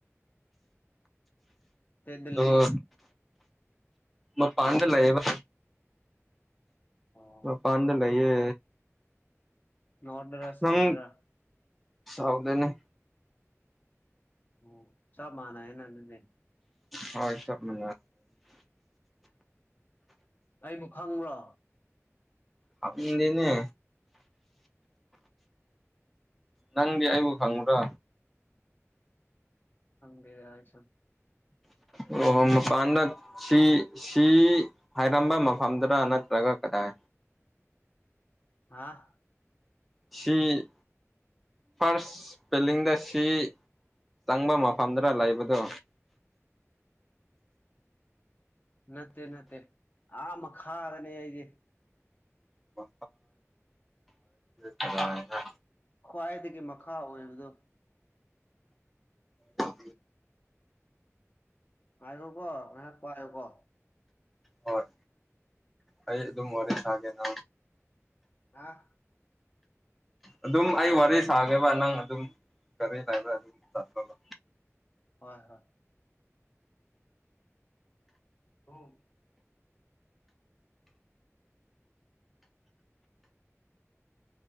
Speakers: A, on the left; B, in the centre.
A: ꯏꯁꯇꯦꯠꯇ
B: ꯑꯣ
A: ꯂꯩꯌꯦ
B: ꯃ ꯄꯥꯟꯗꯂꯑꯕ
A: ꯑꯣ
B: ꯃ ꯄꯥꯟꯗ ꯂꯩ ꯑ
A: ꯅꯣꯔꯠꯔ ꯁꯥꯎꯠꯔ
B: ꯅꯪ ꯁꯥꯎꯗꯅꯦ
A: ꯑꯣ ꯆ ꯃꯥꯅ ꯅ ꯑꯗꯨꯅꯦ
B: ꯍꯣꯏ ꯆ ꯃ
A: ꯑꯩꯕꯨ ꯈꯪꯕ꯭ꯔꯣ
B: ꯑ ꯂꯩꯅꯦ ꯅꯪꯗꯤ ꯑꯩꯕꯨ ꯈꯪꯉꯨꯗꯣ
A: ꯍꯦ ꯌꯥ ꯍꯥꯏꯁꯨ
B: ꯑꯣꯍꯣ ꯃꯄꯥꯟꯗ ꯁꯤ ꯁꯤ ꯍꯥꯏꯔꯝꯕ ꯃꯐꯝꯗꯥꯔ ꯅꯠꯇ꯭ꯔꯒ ꯀꯗꯥꯏ
A: ꯍꯥ
B: ꯁꯤ ꯐꯥꯔꯁ ꯄꯦꯂꯤꯡꯗ ꯁꯤ ꯆꯪꯕ ꯃꯐꯝꯗꯨꯔ ꯂꯩꯕꯗꯣ
A: ꯅꯠꯇꯦ ꯅꯠꯇꯦ ꯑ ꯃꯈ ꯈꯥꯒꯅꯦ ꯑꯩꯗꯤꯦ
B: ꯐꯦ ꯊꯔꯅ
A: ꯈ꯭ꯋꯥꯏꯗꯒꯤ ꯃꯈꯥ ꯑꯣꯏꯕꯗꯨ
B: ꯆ
A: ꯄꯥꯏꯔꯣꯀꯣ ꯉꯥꯏꯍꯥꯛ ꯄꯥꯏꯔꯣꯀꯦ
B: ꯍꯣꯏ ꯑꯩ ꯑꯗꯨꯝ ꯋꯥꯔꯤ ꯁꯥꯒꯦꯅ
A: ꯑ
B: ꯑꯗꯨꯝ ꯑꯩ ꯋꯥꯔꯤ ꯁꯥꯒꯦꯕ ꯅꯪ ꯑꯗꯨꯝ ꯀꯔꯤ ꯂꯩꯥꯏꯔ ꯑꯗꯨꯝ ꯆꯂꯕ
A: ꯍꯣꯏ ꯍꯣꯏ ꯑ